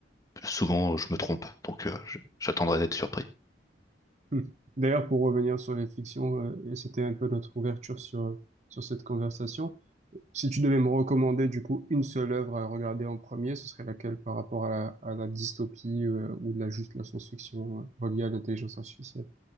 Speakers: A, on the left; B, on the right.
A: souvent je me trompe, donc euh, je- j'attendrai d'être surpris.
B: <laughs> Hmm. D'ailleurs, pour revenir sur les fictions, euh, et c'était un peu notre ouverture sur, sur cette conversation, si tu devais me recommander du coup une seule œuvre à regarder en premier, ce serait laquelle par rapport à la, à la dystopie euh, ou de la juste la science-fiction euh, reliée à l'intelligence artificielle?